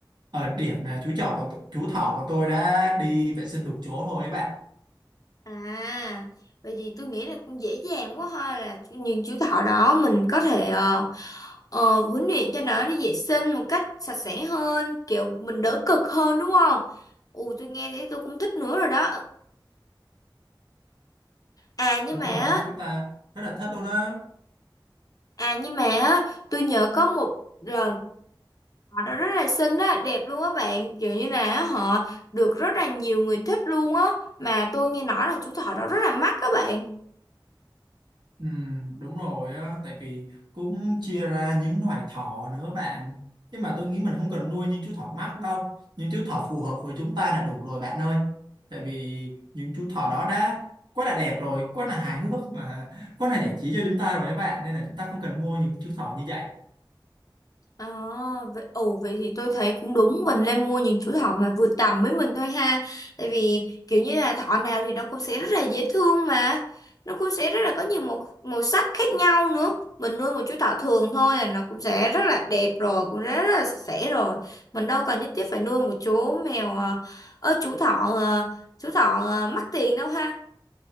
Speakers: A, on the right; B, on the left.
A: ở điểm là chú chó của t- chú thỏ của tôi đã đi vệ sinh đúng chỗ thôi ấy bạn
B: À, vậy thì tôi nghĩ là cũng dễ dàng quá ha là chú- những chú thỏ đó mình có thể ờ, ờ, huấn luyện cho nó đi vệ sinh một cách sạch sẽ hơn, kiểu mình đỡ cực hơn đúng không? Ù tôi nghe thấy tôi cũng thích nữa rồi đó. À nhưng
A: đúng
B: mà
A: rồi
B: á-
A: á chúng ta rất là thất luôn á
B: à nhưng mà á, tôi nhớ có một lần họ đó rất là xinh á, đẹp luôn á bạn, kiểu như là họ được rất là nhiều người thích luôn á mà tôi nghe nói là chú thỏ đó rất là mắc các bạn.
A: Ừ, đúng rồi á, tại vì cũng chia ra những loài thỏ nữa bạn. Nhưng mà tôi nghĩ mình không cần nuôi những chú thỏ mắc đâu. Những chú thỏ phù hợp với chúng ta là đủ rồi bạn ơi. Tại vì những chú thỏ đó đã quá là đẹp rồi, quá là hài hước mà quá là giải trí cho chúng ta rồi các bạn. Nên là chúng ta không cần mua những chú thỏ như vậy.
B: À, vậy, ồ vậy thì tôi thấy cũng đúng mình nên mua những chú thỏ mà vừa tầm với mình thôi ha tại vì kiểu như là thỏ nào thì nó cũng sẽ rất là dễ thương mà nó cũng sẽ rất là có nhiều màu màu sắc khác nhau nữa mình nuôi một chú thỏ thường thôi là nó cũng sẽ rất là đẹp rồi cũng rất, rất là sạch sẽ rồi mình đâu cần nhất thiết phải nuôi một chú mèo ờ, ơ chú thỏ ờ, chú thỏ ờ, mắc tiền đâu ha